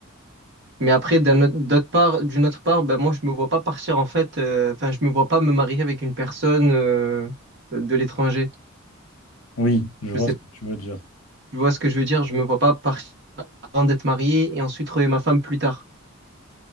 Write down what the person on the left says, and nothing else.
Oui, je vois
ce que tu veux dire.